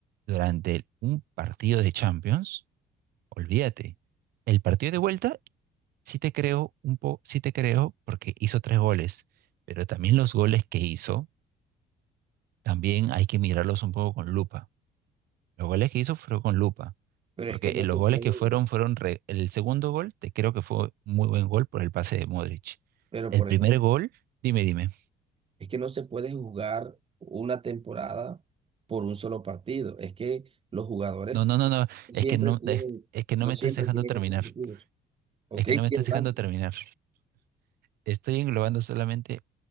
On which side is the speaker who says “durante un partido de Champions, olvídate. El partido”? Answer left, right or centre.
Right